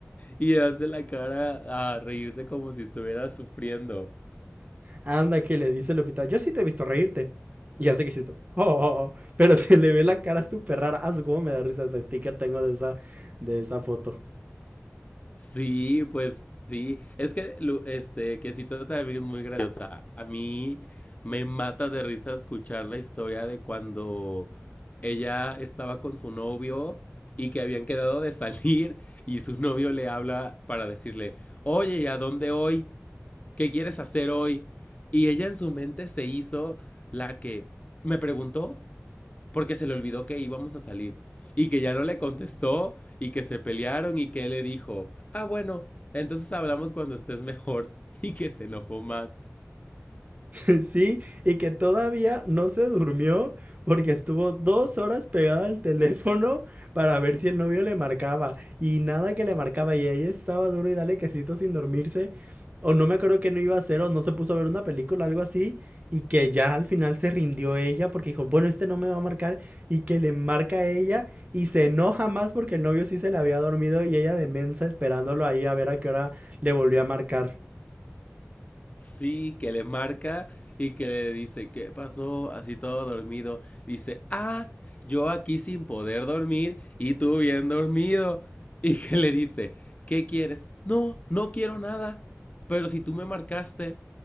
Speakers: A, on the left; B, on the right.
A: y hace la cara a reírse como si estuviera sufriendo.
B: Anda, que le dice Lupita, yo sí te he visto reírte. Y hace que siento, oh, oh, oh, pero se le ve la cara súper rara. Ah, su cómo me da risa ese sticker tengo de esa, de esa foto.
A: Sí, pues sí. Es que Lu- este, Quesito también es muy graciosa. A mí me mata de risa escuchar la historia de cuando ella estaba con su novio y que habían quedado de salir <laughs> y su novio le habla para decirle, oye, ¿y a dónde hoy? ¿Qué quieres hacer hoy? Y ella en su mente se hizo la que me preguntó, porque se le olvidó que íbamos a salir y que ya no le contestó y que se pelearon y que él le dijo, ah, bueno, entonces hablamos cuando estés mejor <laughs> y que se enojó más.
B: <laughs> Sí, y que todavía no se durmió porque estuvo dos horas pegada al teléfono para ver si el novio le marcaba y nada que le marcaba y ella estaba duro y dale quesito sin dormirse o no me acuerdo que no iba a hacer o no se puso a ver una película, algo así y que ya al final se rindió ella porque dijo, bueno, este no me va a marcar y que le marca a ella y se enoja más porque el novio sí se le había dormido y ella de mensa esperándolo ahí a ver a qué hora le volvió a marcar.
A: Sí, que le marca y que le dice, ¿qué pasó? Así todo dormido. Dice, ah, yo aquí sin poder dormir y tú bien dormido. <laughs> Y que le dice, ¿qué quieres? No, no quiero nada. Pero si tú me marcaste,